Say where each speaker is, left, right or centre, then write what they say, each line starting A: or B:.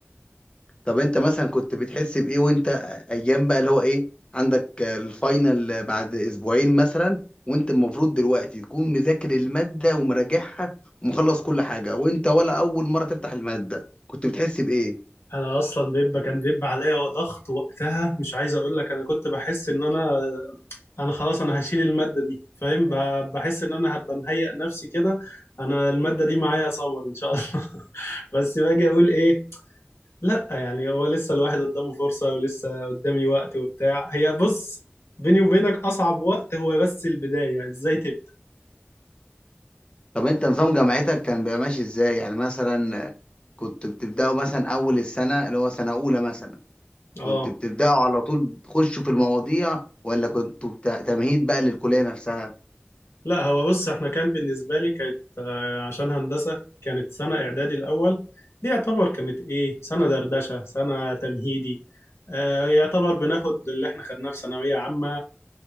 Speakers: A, on the left; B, on the left.
A: طب انت مثلا كنت بتحس بإيه وانت ايام بقى اللي هو ايه عندك الفاينل بعد اسبوعين مثلا وانت المفروض دلوقتي تكون مذاكر المادة ومراجعها ومخلص كل حاجة وانت ولا اول مرة تفتح المادة كنت بتحس بإيه
B: انا اصلا بيبقى كان بيبقى عليا ضغط وقتها مش عايز اقول لك انا كنت بحس ان انا انا خلاص انا هشيل الماده دي فاهم ب- بحس ان انا هبقى مهيئ نفسي كده انا الماده دي معايا سمر ان شاء الله <laughs> بس باجي اقول ايه لا يعني هو لسه الواحد قدامه فرصه ولسه قدامي وقت وبتاع هي بص بيني وبينك اصعب وقت هو بس البدايه ازاي تبدا
A: طب انت نظام جامعتك كان بيبقى ماشي ازاي يعني مثلا كنت بتبداوا مثلا اول السنه اللي هو سنه اولى مثلا
B: اه
A: كنت بتبداوا على طول تخشوا في المواضيع ولا كنتوا بتا- تمهيد بقى للكليه نفسها
B: لا هو بص احنا كان بالنسبة لي كانت آه، عشان هندسة كانت سنة إعدادي الأول دي يعتبر كانت إيه سنة دردشة سنة تمهيدي آه، يعتبر بناخد اللي احنا خدناه في ثانوية عامة